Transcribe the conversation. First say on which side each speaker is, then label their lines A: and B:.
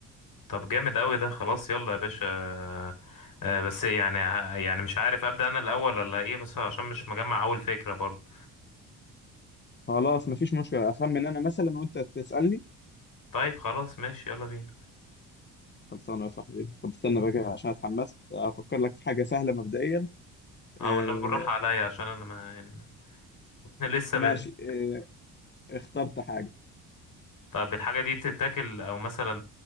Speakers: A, on the left; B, on the left.
A: طب جامد قوي ده خلاص يلا يا باشا أه آه، بس يعني ه- يعني مش عارف ابدأ انا الاول ولا ايه بس عشان مش مجمع اول فكرة برضه
B: خلاص مفيش مشكله اخمن انا مثلا وانت تسالني
A: طيب خلاص ماشي يلا بينا
B: خلصانه يا صاحبي طب استنى بقى كده عشان اتحمست افكر لك في حاجه سهله مبدئيا
A: اه
B: آه
A: والنبي بالراحة عليا عشان انا ما يعني ما. <laughs> لسه
B: ماشي
A: بادئ
B: آه اخترت حاجه
A: طب الحاجة دي بتتاكل او مثلا